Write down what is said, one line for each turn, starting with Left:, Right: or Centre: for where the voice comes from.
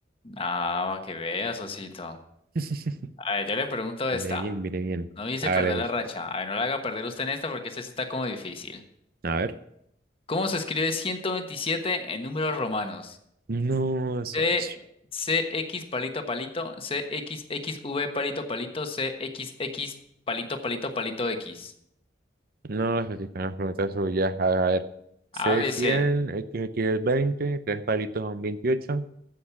Left: Ah, para que veas, socito.
Right: <laughs>
Left: A ver, yo le pregunto
Right: Viene
Left: esta.
Right: bien, viene bien.
Left: No dice
Right: Hágale,
Left: perder la
Right: socio.
Left: racha. A ver, no la haga perder usted en esta porque esta sí está como difícil.
Right: A ver.
Left: ¿Cómo se escribe 127 en números romanos?
Right: No, socio.
Left: C, CX palito palito, CXXV palito palito, CXX palito palito palito X.
Right: No, socio, con las preguntas suyas. A ver. C100,
Left: A B C.
Right: XX es 20, tres palitos son veintiocho,